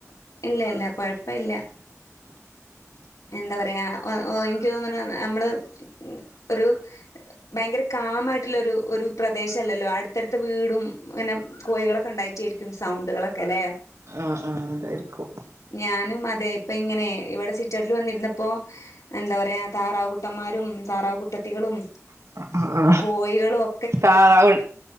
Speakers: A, on the left; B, on the right.
A: ഇല്ല ഇല്ല കൊയപ്പം ഇല്ല. എന്താ പറയാ ഓ ഓ ഇൻക്ക് തോന്ന്ണു നമ്മള് ഒരു ഭയങ്കര കാമായ്ട്ട്ള്ളൊരു ഒരു പ്രദേശല്ലല്ലോ,, അട്ത്തത്തട്ത്ത വീടും പിന്നെ കോയികളൊക്കെണ്ടായിട്ടേരിക്കും സൗണ്ടുകളൊക്കെ ലേ
B: ആഹ് ആഹ് അതായ്രിക്കും.
A: ഞാനും അതെ ഇപ്പ ഇങ്ങനെ ഇവ്ടെ സി റ്റൗട്ടിൽ വന്നിര്പ്പോ എന്ത പറയാ താറാവ് കുട്ടമ്മാരും താറാവ് കുട്ടത്തികളും
B: ആഅആഹ്
A: കോയ്ളു ഒ
B: താറാവ്